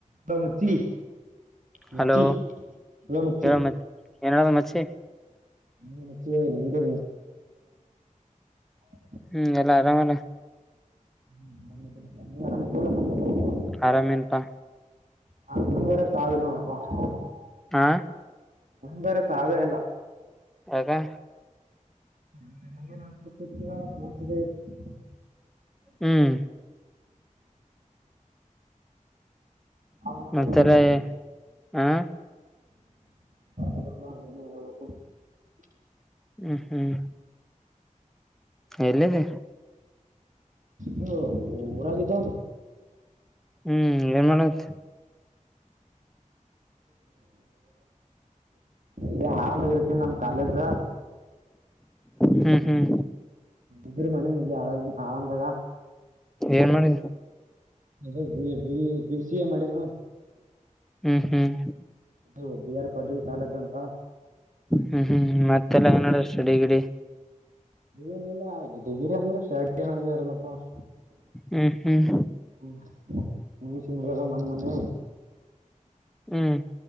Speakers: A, on the right (about 75°); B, in the centre.
A: ದೊ ಮಚಿ ಮಚೀ
B: ಹಲೋ
A: ಹಲೋ ಮಚ್ಚಿ
B: ಹೇಳ ಮಚ್ ಏನದ ಮಚ್ಚಿ
A: ನೀ ನಿಮ್ದೇ <unintelligible>
B: ಹ್ಮ್ ಎಲ್ಲಾ ಆರಾಮಲ್ಲಾ
A: ಹ್ಮ ಆರಾಮ ನೀ ಆರಾಮ
B: ಆರಾಮ ಎನ್ ಪಾ
A: ಆ ಮುಂದ್ಗಡೆ ಸಾಲ <unintelligible>
B: ಹಾ
A: ನಿಂಗರೇ ಸಾವೆ ಇಲ್ಲಾ
B: ಯಾಕಾ
A: <unintelligible>
B: ಹ್ಮ್
A: ಅವನದು
B: ಮತ್ತೆಲ್ಲ ಹಾ
A: <unintelligible>
B: ಹ್ಮ್ ಹ್ಮ್ ಎಲ್ಲಿದ
A: ಹ್ಮ ಊರಾಗಿದ್ದ
B: ಹ್ಮ್ ಏನ್ ಮಾಡಕತೀ
A: ಇಲ್ಲಿ ಆರಾಮಗರ್ತ ನಮ್ ಕಾಲೇಜ್
B: ಹ್ಮ್ ಹ್ಮ್
A: ಇ್ರರು ಮನ ಇಲ್ಲಿ ಆ ಆಳಂದಾಗ
B: ಏನ್ ಮಾಡಿದ
A: ಅದ ಬಿ ಸಿ ಎ ಮಾಡಿದನ
B: ಹ್ಮ್ ಹ್ಮ್
A: ಇದು ಬಿ ಆರ್ ಪಾಟೀಲ್ ಕಾಲೇಜ್ ಅಂತಾ
B: ಹ್ಮ್ ಹ್ಮ್ ಮತ್ತೆಲ್ಲ ನಡವ ಷ್ಟಡಿಗಿಡಿ
A: ಏನಿಲ್ಲ ಗಿಟಗಿರಿ ಅಂದ್ರೆ ಶರ್ಟಿ ನಂಗೆ ಇರಂಗಿಲ್
B: ಹ್ಮ್ ಹ್ಮ್
A: <unintelligible> ಮೋನೆ ಮೋನೆ
B: ಹ್ಮ್